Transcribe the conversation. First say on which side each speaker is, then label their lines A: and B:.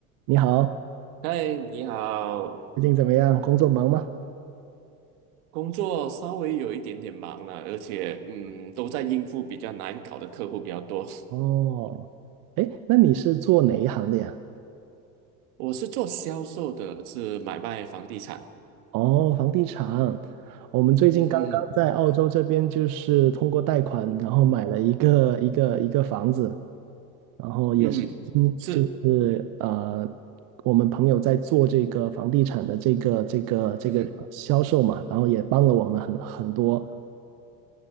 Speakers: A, on the right; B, on the right.
A: 你好，
B: 嗨，你好，
A: 最近怎么样？工作忙吗？
B: 工作稍微有一点点忙了，而且嗯，都在应付比较难搞的客户比较多。
A: 哦，哎，那你是做哪一行的呀？
B: <laughs> 我是做销售的，是买卖房地产。
A: 哦，房地产。我们最近刚刚在澳洲这边，
B: 嗯哼
A: 就是通过贷款，然后买了一个一个一个房子，然后也是，
B: 嗯哼是
A: 嗯，就是呃，我们朋友在做这个房地产的这个这个这个销售嘛，
B: 嗯哼，
A: 然后也帮了我们很很多。